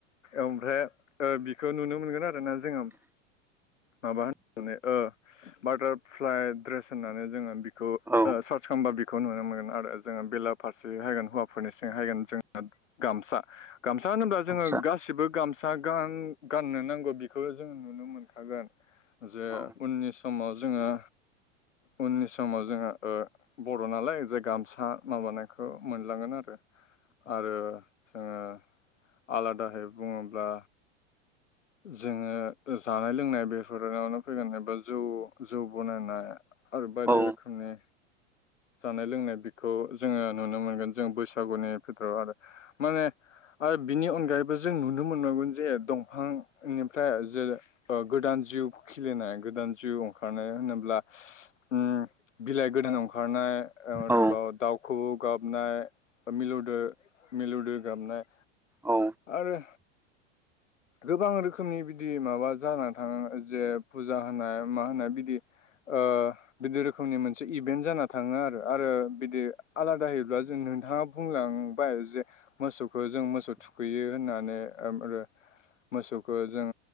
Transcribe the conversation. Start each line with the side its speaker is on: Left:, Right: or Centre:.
Left: ओमफ्राय बिखौ नुनो मोनगोन आरो ना जोङो माबा होननानै बाटारफ्लइ द्रेस होननानै जोङो खौ
Centre: औ
Left: सार्च खालामबा बे खौ नुनो मोनगोन आरो जोङो बेलाफारसे हायगोन हौवाफोरनिसिं हायगोन जोंना गामसा गामसा होनोबा जोङो
Centre: आतसा
Left: गासिबो गामसा ग गाननो नांगौ बेखौ जों नुनो मोनखागोन जे
Centre: औ
Left: उननि समाव जोङो उननि समाव जोंहा बर' नालाय जे गामसा माबानायखौ मोनलांगोन आरो आरो जोङो आलादाहै बुङोब्ला जोङो जानाय लोंनाय बेफोरावनो फैगोन एबा जौ जौ बनायनाय आरो बायदि
Centre: औ
Left: रोखोमनि जानाय लोंनाय बेखौ जोङो नुनो मोनगोन जों बैसागुनि बिथोथोराव आरो माने आरो बिनि अनगायैबो जों नुनो मोननांगोन जे दंफां निफ्राय जै गोदान जिउ खिलिनाय गोदान जिउ ओंखारनाय होनोब्ला उम उम बिलाइ गोदानाव ओंखारनाय आरोबाव
Centre: औ
Left: दाउखौ गाबनाय मिलौदो मिलौदो गाबनाय।
Centre: औ।
Left: आरो गोबां रोखोमनि बिदि माबा जाना थाङो जे फुजा होनाय मा होनो बिदि ओ बिदि रोखोमनि मोनसे इभेन्ट जाना थाङो आरो आरो बिदि आलादाहायैब्ला जों नोंथाङा बुंलांबाय जे मोसौखो जों मोसौ थुखैयो होननानै ओम आरो मोसौखो जों